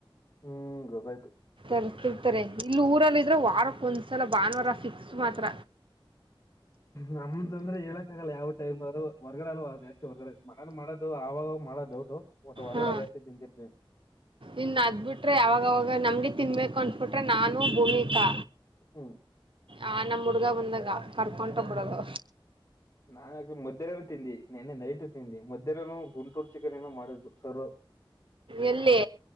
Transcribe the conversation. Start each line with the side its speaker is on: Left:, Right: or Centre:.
Left: ಹ್ಮ್ ಗೊತ್ತ ಆಯ್ತು
Right: ತಿಂತಿರ್ತಾರೆ ಇಲ್ಲಿ ಊರಲ್ಲಿ ಇದ್ರೆ ವಾರಕ್ ಒಂದ್ಸಲ ಭಾನುವಾರ ಫಿಕ್ಸ್ ಮಾತ್ರ
Left: ನಮ್ದಂದ್ರೆ ಹೇಳಕ್ ಆಗಲ್ಲ ಯಾವ ಟೈಮರು ಹೊರ್ಗಡೆಲ್ಲ ಜಾಸ್ತಿ ಹೊರ್ಗಡೆ ಮನೇಲಿ ಮಾಡೋದು ಆಗಾಗ ಮಾಡೋದೌಟು ಒಟ್ ಹೊರ್ಗಡೆ
Right: ಹಾ
Left: ಜಾಸ್ತಿ ತಿಂತಿರ್ತೀನಿ
Right: ಇನ್ ಅದ್ ಬಿಟ್ರೆ ಯಾವಾಗವಾಗ ನಮ್ಗೆ ತಿನ್ಬೇಕು ಅನ್ಬಿಟ್ರೆ ನಾನು ಭೂಮಿಕಾ
Left: ಹ್ಮ್
Right: ಆ ನಮ್ಮ ಹುಡುಗ ಬಂದಾಗ ಕರ್ಕೊಂಡ ಹೋಗಿಬಿಡದು
Left: ನಾ ಮಧ್ಯಾಹ್ನನು ತಿಂದಿ ನಿನ್ನೆ ನೈಟ್ ತಿಂದಿ ಮಧ್ಯಾಹ್ನ ಗುಂಟೂರು ಚಿಕನ್ ಏನೋ ಮಾಡಿದ್ರು ಸರ್ವ
Right: ಎಲ್ಲಿ